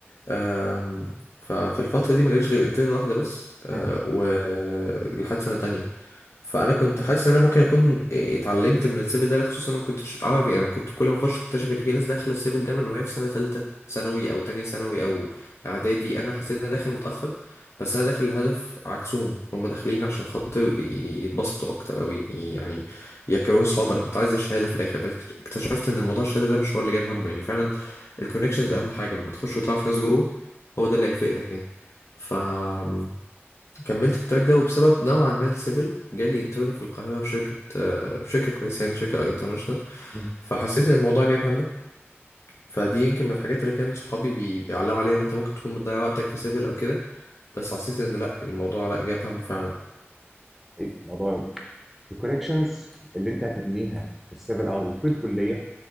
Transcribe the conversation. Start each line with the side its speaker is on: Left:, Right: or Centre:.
Left: آم، ففي الفترة دي ما جاليش غير انترن واحدة بس آه،
Centre: م-
Left: ولحد سنة تانية فأنا كنت حاسس إن أنا ممكن أكون آه، اتعلمت من السيفل ده خصوصا أنا ما كنتش أعرف يعني أنا كنت كل ما أخش أكتشف إن في ناس داخلة السيفل ده من وهي في سنة تالتة ثانوي أو تانية ثانوي أو إعدادي أنا حسيت إن أنا داخل متأخر بس انا داخل الهدف عكسهم هم داخلين عشان خاطر ي- يتبسطوا اكتر او ي- يعني يكونوا صحاب انا كنت عايز الشهاده في الاخر بس اكتشفت ان موضوع الشهاده ده مش هو اللي جايب همه يعني فعلا الكونكشنز اهم حاجه لما تخش وتعرف ناس جوه هو ده اللي هيفرق لك يعني فكملت في التراك ده وبسبب نوعا ما السيفل جالي انترن في القاهره في شركه آه، في شركه كويسه يعني شركه انترناشونال
Centre: م-
Left: فحسيت ان الموضوع جايب همه فدي يمكن من الحاجات اللي كان صحابي بي- بيعلقوا عليها ان انت ممكن تكون بتضيع وقتك في سيفل او كده بس حسيت ان لا الموضوع لا جاب همه فعلا
Centre: حقيقي. الموضوع الكونكشنز اللي انت هتبنيها في السيفل او في الكليه